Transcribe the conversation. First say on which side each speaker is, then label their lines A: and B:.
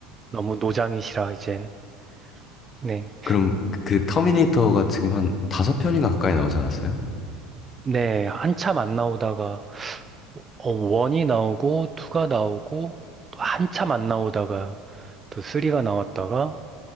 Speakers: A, on the right; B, on the left.
A: 너무 노장이시라 이젠. 네.
B: 그럼 그 터미네이터가 지금 한 다섯 편인가 가까이 나오지 않았어요?
A: 네, 한참 안 나오다가 어, 원이 나오고 투가 나오고 또 한참 안 나오다가 또 쓰리가 나왔다가